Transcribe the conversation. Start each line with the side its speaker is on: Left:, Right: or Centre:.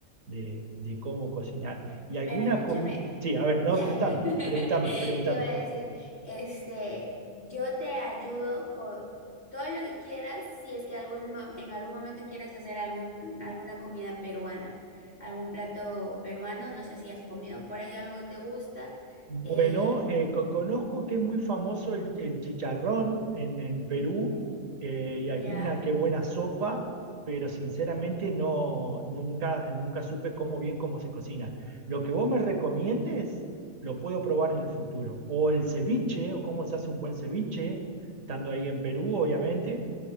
Right: de- de cómo cocinar. ¿Y alguna
Left: Pero escúchame,
Right: comida? Sí, a ver,
Left: Ya,
Right: no, pregúntame,
Left: <laughs>
Right: pregúntame, pregúntame.
Left: te iba a decir, este, yo te ayudo con todo lo que quieras, si es que algún, mo- en algún momento quieres hacer algún, alguna comida peruana, algún plato peruano, no sé si has comido por ahí algo te gusta,
Right: Bueno,
Left: eh,
Right: eh, co- conozco que es muy famoso el, el chicharrón en, en Perú eh, y alguna
Left: ya,
Right: que buena sopa, pero sinceramente no, nunca, nunca supe cómo bien cómo se cocina. Lo que vos me recomiendes lo puedo probar en el futuro. O el ceviche, o cómo se hace un buen ceviche, estando ahí en Perú, obviamente.